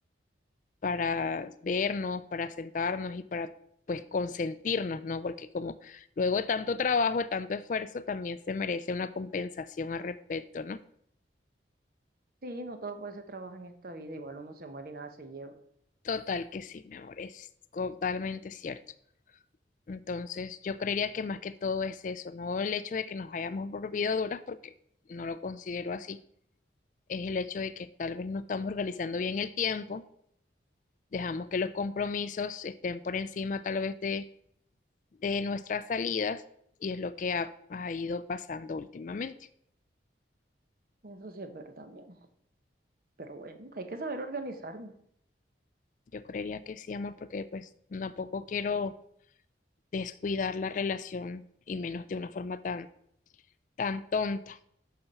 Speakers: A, on the left (about 45°); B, on the right (about 50°).
A: para vernos, para sentarnos y para pues consentirnos, ¿no? Porque como luego de tanto trabajo, de tanto esfuerzo, también se merece una compensación al respecto, ¿no?
B: Sí, no todo puede ser trabajo en esta vida, igual uno se muere y nada se lleva.
A: Total que sí, mi amor, es totalmente cierto. Entonces, yo creería que más que todo es eso, no el hecho de que nos hayamos volvido duras, porque no lo considero así, es el hecho de que tal vez no estamos organizando bien el tiempo, dejamos que los compromisos estén por encima tal vez de de nuestras salidas y es lo que ha, ha ido pasando últimamente.
B: Eso sí es verdad, mi amor. Pero bueno, hay que saber organizarnos.
A: Yo creería que sí, amor, porque pues tampoco quiero descuidar la relación y menos de una forma tan, tan tonta.